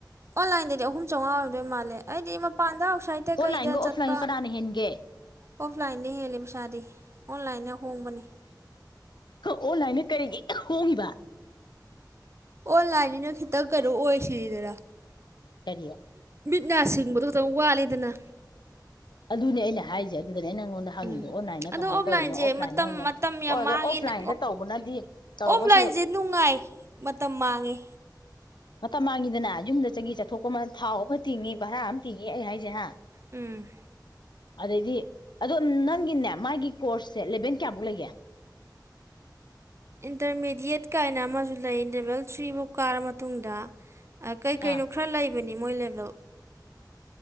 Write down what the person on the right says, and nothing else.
ꯑꯣꯟꯂꯥꯏꯟꯗꯗꯤ ꯑꯍꯨꯝ ꯆꯥꯝꯃꯉꯥ ꯑꯣꯏꯔꯝꯗꯣꯏ ꯃꯥꯜꯂꯦ ꯑꯩꯗꯤ ꯃꯄꯥꯟꯗ ꯑꯥꯎꯠꯁꯥꯏꯗꯠꯇ
ꯀꯩꯗ
ꯆꯠꯄ
ꯑꯣꯐꯂꯥꯏꯟꯗ ꯍꯦꯜꯂꯦ ꯄꯩꯁꯥꯗꯤ ꯑꯣꯟꯂꯌ꯭ꯥꯟꯅ ꯍꯣꯡꯕꯅꯤ
ꯑꯣꯟꯂꯌ꯭ꯥꯟ ꯑꯩꯅ ꯈꯤꯇꯪ ꯀꯔꯣ ꯑꯣꯏ ꯁꯤꯔꯤꯗꯔ
ꯃꯤꯠ ꯅꯥ ꯁꯤꯡꯕꯗꯣ ꯈꯤꯇꯪ ꯋꯥꯠꯂꯤꯦꯗꯅ
ꯎꯝ
ꯑꯗꯣ
ꯑꯣꯐꯂꯥꯏꯟꯁꯦ
ꯃꯇꯝ
ꯃꯇꯝ ꯌꯥꯝ
ꯃꯥꯡꯉꯤꯅ
ꯑꯣꯐꯂꯥꯏꯟꯁꯦ ꯅꯨꯡꯉꯥꯏ ꯃꯇꯝ ꯃꯥꯡꯉꯤ
ꯎꯝ
ꯏꯟꯇꯔꯃꯦꯗꯤꯌꯦꯠ ꯀꯥꯏꯅ ꯑꯃꯁꯨ ꯂꯩ ꯂꯦꯕꯦꯜ ꯊ꯭ꯔꯤꯕ ꯐꯥꯎ ꯀꯥꯔ ꯃꯇꯨꯡꯗ ꯑ ꯀꯩ ꯀꯩꯅꯣ
ꯈꯔ ꯂꯩꯕꯅꯤ ꯅꯤꯡꯅꯤꯃꯣꯏ ꯂꯦꯕꯣ